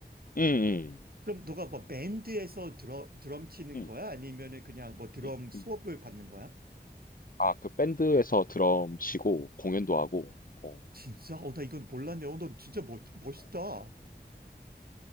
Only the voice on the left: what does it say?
음, 음,
음,
음,
음.
아, 그 밴드에서 드럼 치고 공연도 하고, 어,
어.